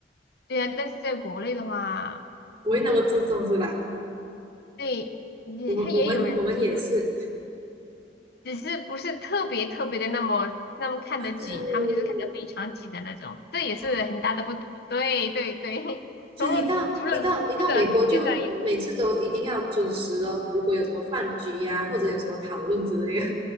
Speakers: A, on the left; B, on the right.
A: 对啊，但是在国内的话，
B: 不会那么注重是吧？
A: 对也他也有人注重。
B: 我们我们我们也是
A: 只是不是特别特别的那么那么看得紧，
B: 啊，对对对对
A: 他们就是看得非常紧的那种，
B: 对对，
A: 这也是很大的不同。
B: 哦，
A: 对对对，<laughs>
B: 所以你到你到你到美国就每次都一定要准时哦，
A: 除了除了吃的时间上也，
B: 如果有什么饭局呀、或者有什么讨论之类的，